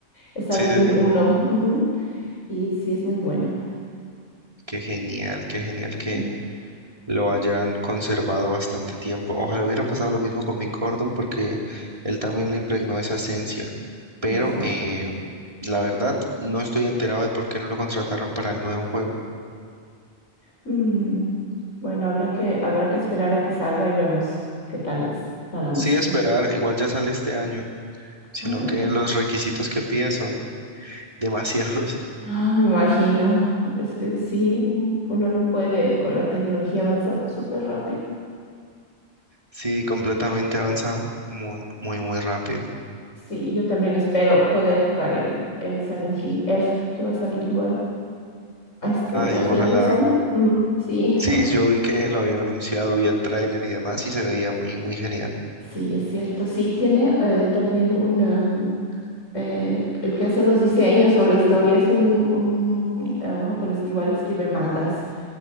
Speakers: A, on the left (about 90°); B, on the right (about 25°).
A: Está
B: Sí,
A: desde
B: sí,
A: el
B: sí.
A: uno ujú, Y sí, es muy bueno.
B: Qué genial, qué genial que
A: Sí,
B: lo hayan conservado bastante tiempo. Ojalá hubiera pasado lo mismo con Mick Gordon porque él también le impregnó esa esencia, pero
A: Exacto.
B: eh, la verdad no estoy enterado de por qué no lo contrataron para el nuevo juego.
A: Mm, Bueno, habrá que, habrá que esperar a que salga y vemos qué tal es, tal la música.
B: Sí, esperar, igual ya sale este año. sino
A: Ah, ok.
B: que los requisitos que pide son demasiados. <laughs>
A: Ah, me imagino. Es que sí, mm, uno no puede con la tecnología avanzar súper rápido.
B: Sí, completamente avanza muy, muy, muy rápido.
A: Sí, yo también espero poder jugar el, el Silent Hill F, que va a salir igual a este,
B: Ay,
A: a finales
B: ojalá.
A: de año. Mm, sí,
B: Sí,
A: <laughs>
B: yo vi que lo habían anunciado, vi el tráiler y demás y se veía muy, muy genial.
A: sí, es cierto. Sí, tiene eh, también un um, eh, el que hace los diseños o la historia es un, un, eh, un japonés que igual escribe mangas.